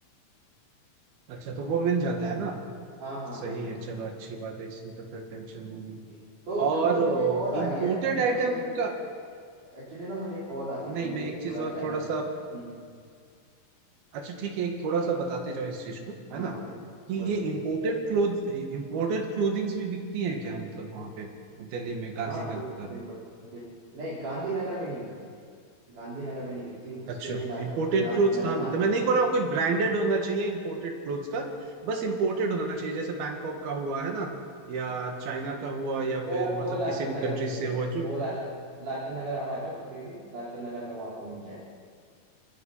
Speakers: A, on the right; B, on the right.
A: अच्छा तो वो मिल जाता है ना
B: हाँ हाँ
A: सही
B: बिल्कुल
A: है
B: बिल्कुल
A: चलो अच्छी बात है इसमें तो फिर टेंशन नहीं है
B: जी तो
A: और
B: अभी तो मुझे कॉल आ
A: इंपोर्टेड
B: रही है अभी तो
A: आइटम
B: असल में मुझे
A: का
B: एक्चुअली ना मुझे कॉल आ रही है
A: नहीं
B: तो मुझे
A: मैं एक चीज
B: थोड़ा
A: और
B: जाना
A: थोड़ा
B: पड़ता
A: सा
B: है हम्म, हम्म।
A: अच्छा ठीक है एक थोड़ा सा बताते जाओ इस चीज को
B: हाँ
A: है
B: हाँ
A: ना
B: बताइए
A: कि
B: बोलिए
A: ये
B: बोलिए
A: इम्पोर्टेड क्लोथ इम्पोर्टेड क्लोथिंग्स भी बिकती हैं क्या मतलब वहां पे दिल्ली में गांधीनगर
B: हाँ बिल्कुल बिल्कुल
A: में
B: बिल नहीं गांधीनगर में नहीं बिकती गांधीनगर में नहीं बिकती उसके
A: अच्छा
B: लिए लाजपत
A: इम्पोर्टेड
B: लाजपत
A: क्लोथ्स
B: नगर
A: कहाँ मिलते
B: मार्केट
A: हैं मैं नहीं
B: है
A: कह रहा आपको एक ब्रांडेड होना चाहिए इम्पोर्टेड क्लोथ्स का बस इम्पोर्टेड होना चाहिए जैसे बैंकॉक का हुआ है ना या
B: हम्म।
A: चाइना का हुआ या
B: वो
A: फिर मतलब
B: वो लाजपत
A: किसी भी
B: नगर
A: कंट्री
B: में मिलेगी
A: से
B: आपको
A: हुआ जो
B: वो लाजपत लाजपत नगर आप आ जाओ कभी भी लाजपत नगर में वो आपको मिल जाएगा